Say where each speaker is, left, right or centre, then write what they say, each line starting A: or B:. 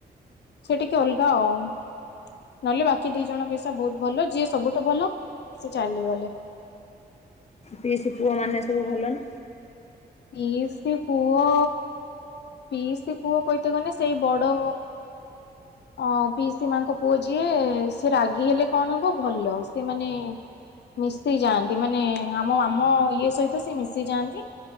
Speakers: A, on the left; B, on the left.
A: ସେ ଟିକେ ଅଲଗା ଆଉ ନହେଲେ ବାକି ଦି ଜଣ ପିସା ବହୁତ ଭଲ ଯିଏ ସବୁଠୁ ଭଲ ସିଏ ଚାଲିଗଲେ।
B: ପିଇସି ପୁଅ ମାନେ ସବୁ ଭଲ ନା?
A: ପିଇସି ପୁଅ ପିସି ପୁଅ କହିତ ଗଲେ ସେଇ ବଡ ଅ ପିସି ମାଙ୍କ ପୁଅ ଯିଏ ସେ ରାଗି ହେଲେ କଣ ହବ ଭଲ ସେ ମାନେ ମିଶି ଯାଆନ୍ତି ମାନେ ଆମ ଆମ ଇଏ ସହିତ ସେ ମିଶି ଯାଆନ୍ତି।